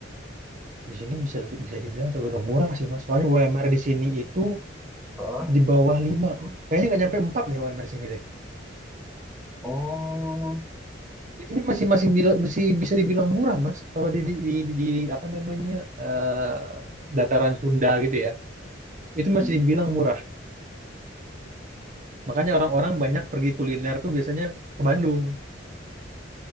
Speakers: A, on the right (about 40°); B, in the centre.
A: Di sini bisa bisa dibilang tergolong murah sih, Mas. Soalnya UMR di sini itu
B: Oh,
A: di bawah 5, Kayaknya nggak nyampe 4 deh UMR sini deh.
B: oh.
A: Ini masih masih bila- masih bisa dibilang murah, Mas. Kalau di, di, di- di- apa namanya? eh, dataran Sunda gitu ya. Itu masih
B: Hmm.
A: dibilang murah. Makanya orang-orang banyak pergi kuliner tuh biasanya ke Bandung